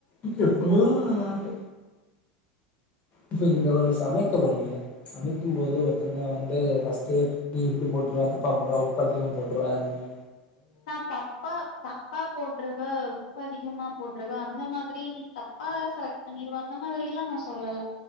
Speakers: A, on the left; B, on the left.
A: இப்போ போனாலாது இப்ப நீங்க ஒரு சமைக் க்க வறீங்க சமைக்கும்போது ஒருத்தங்க வந்து ஃபர்ஸ்ட் நீ இப்டி போட்ருவ, தப்பா போட்ருவ, உப்பு அதிகமா போட்ருவ அது நீ
B: நா தப்பா தப்பா போட்ருவே உப்பு அதிகமா போட்ருவ அந்த மாதிரி நீ தப்பா செலக்ட் பண்ணிருவ அந்த மாதிரி எல்லா நா சொல்லல